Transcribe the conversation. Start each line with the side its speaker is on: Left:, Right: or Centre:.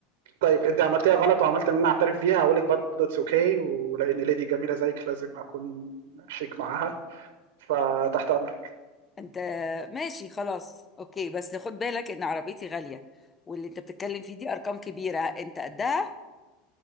Right: طيب انت عملتيها غلط وعملت ان انا اعترف بيها هقول لك برضه اتس اوكي ولان ليدي جميله زيك لازم اكون شيك معاها فتحت امرك
Left: أنت ماشي خلاص أوكي بس خد بالك إن عربيتي غالية واللي أنت بتتكلم فيه دي أرقام كبيرة أنت قدها